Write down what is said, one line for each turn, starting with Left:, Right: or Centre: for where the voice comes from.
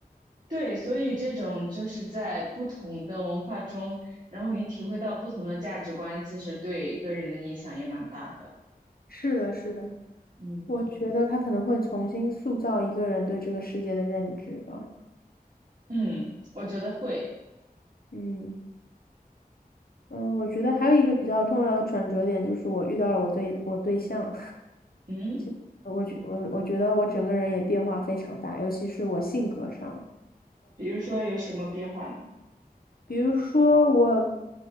Right: 对，所以这种就是在不同的文化中，然后你体会到不同的价值观，其实对一个人的影响也蛮大的。
Left: 是的，是的，
Right: 嗯，
Left: 我觉得他可能会重新塑造一个人对这个世界的认知吧。
Right: 嗯，我觉得会。
Left: 嗯嗯，我觉得还有一个比较重要的转折点就是我遇到了我对我对象，
Right: 嗯。
Left: <laughs> 我觉我我觉得我整个人也变化非常大，尤其是我性格上。
Right: 比如说有什么变化呢
Left: 比如说，我